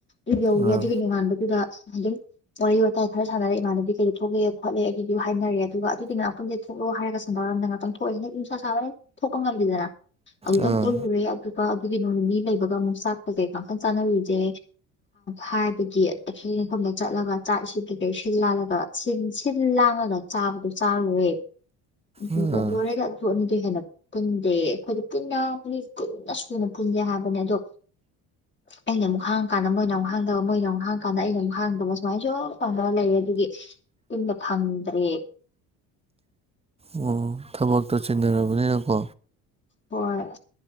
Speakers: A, on the left; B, on the right.
A: ꯑꯗꯨ ꯌꯧꯏꯤ
B: ꯑꯥ
A: ꯑꯗꯨꯒ ꯅꯣꯉꯥꯟꯕꯗꯨꯗ ꯑꯗꯨꯝ ꯋꯥꯔꯤ ꯋꯥꯇꯥꯏ ꯈꯔ ꯁꯥꯟꯅꯔꯦ ꯏꯃꯥꯟꯗꯨꯗꯤꯩꯗ ꯊꯣꯛꯛꯑꯦ ꯈꯣꯠꯂꯦꯒꯤꯁꯨ ꯍꯥꯏꯅꯔꯦ ꯑꯗꯨꯒ ꯑꯗꯨꯗꯤ ꯉꯥꯛꯄꯟꯦ ꯊꯣꯛꯂꯑꯣ ꯍꯥꯏꯒ ꯁꯥꯟꯅꯔꯝꯗ ꯉꯥꯛꯇꯪ ꯊꯣꯛꯑꯦ ꯟꯁꯥ ꯁꯥꯕ ꯍ ꯊꯣꯛꯄ ꯉꯝꯈꯤꯗꯅ ꯑꯃꯨꯛꯇꯪ
B: ꯑꯥ
A: ꯄꯨꯜꯂꯨꯔꯦ ꯑꯗꯨꯒ ꯑꯗꯨꯒꯤ ꯅꯣꯡꯅꯤ ꯂꯩꯕꯒ ꯑꯃꯨꯛ ꯆꯥꯛꯄꯁꯦ ꯀꯥꯡꯈꯟ ꯆꯥꯟꯅꯔꯤꯁꯦ ꯍꯥꯏꯕꯒꯤ ꯑꯈꯦꯡ ꯃꯐꯝꯗ ꯆꯠꯂꯒ ꯆꯥꯛꯁꯤꯗꯒꯤ ꯁꯤꯜꯂꯥꯜꯂꯒ ꯁꯤꯜꯂꯥꯜꯂꯗ ꯆꯥꯕꯗꯣ ꯆꯥꯔꯨꯔꯨꯔꯦ ꯎꯅꯦꯅꯤꯗꯨ
B: ꯑꯥ
A: ꯍꯦꯅ ꯄꯨꯟꯗꯦ ꯑꯩꯈꯣꯏꯗ ꯄꯨꯟꯅ ꯄꯨꯟꯅ ꯁꯨꯅ ꯄꯨꯟꯗꯦ ꯍꯥꯏꯕꯅꯦ ꯑꯗꯣ ꯑꯩꯅ ꯑꯃꯨꯛ ꯍꯥꯡꯉ ꯀꯥꯟꯗ ꯃꯣꯏꯅ ꯑꯃꯨꯛ ꯍꯥꯡꯗꯕ ꯃꯣꯏꯅ ꯑꯃꯨꯛ ꯍꯥꯡ ꯀꯥꯟꯗ ꯑꯩꯅ ꯑꯃꯨꯛ ꯍꯥꯡꯗꯕ ꯁꯨꯃꯥꯏꯅꯁꯨ ꯄꯂ ꯂꯩ ꯑꯗꯨꯒꯤ ꯄꯨꯟꯅ ꯐꯪꯗ꯭ꯔꯦ
B: ꯑꯣ ꯊꯕꯛꯇꯣ ꯆꯤꯟꯟꯅꯔꯕꯅꯤꯅꯀꯣ
A: ꯍꯣꯏ